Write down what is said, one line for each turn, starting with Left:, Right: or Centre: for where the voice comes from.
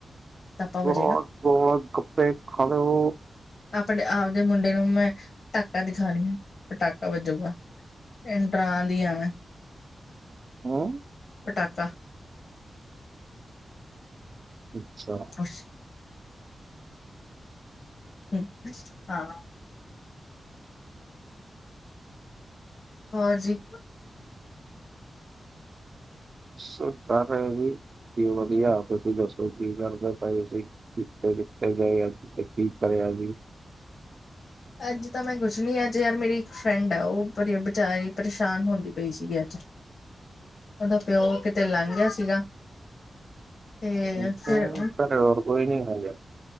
Left: ਪਤਾਪਾ ਵਜੇਗਾ
Right: ਗੋਲ, ਗੋਲ, ਗੱਪੇ, ਖਾ ਲਓ।
Left: ਆਪਣੇ ਆਪਦੇ ਮੁੰਡੇ ਨੂੰ ਮੈਂ ਪਟਾਕਾ ਦਿਖਾਣੀ ਹ, ਪਟਾਕਾ ਵੱਜੂਗਾ। ਇਡਰਾਂ ਦੀਆਂ ਨੇ ਮੈੰ
Right: ਹਮ।
Left: ਪਟਾਕਾ।
Right: ਅੱਛਾ।
Left: ਖੁਸ਼। ਹਮ, ਹਾਂ। ਹੋਰ ਜੀ।
Right: ਸੁਤਾ ਹੈ ਜੀ, ਵੀ ਵਧੀਆ। ਤੁਸੀਂ ਦੱਸੋ ਕੀ ਕਰਦੇ ਪਏ ਸੀ, ਕਿੱਥੇ- ਕਿੱਥੇ ਗਏ ਅੱਜ, ਆ ਕੀ ਕਰਿਆ ਜੀ।
Left: ਅੱਜ ਤਾਂ ਮੈਂ ਕੁਛ ਨੀ, ਅੱਜ ਯਾਰ ਮੇਰੀ ਇੱਕ ਫਰੈਂਡ ਆ, ਉਹ ਵਿਚਾਰੀ ਪਰੇਸ਼ਾਨ ਹੁੰਦੀ ਪਈ ਸੀਗੀ ਅੱਜ। ਉਹਦਾ ਪਿਓ ਕਿਤੇ ਲੰਘ ਗਿਆ ਸੀਗਾ। ਤੇ
Right: ਅੱਛਾ,
Left: ਫਿਰ
Right: ਘਰੇ ਹੋਰ ਕੋਈ ਨੀ ਹੈਗਾ।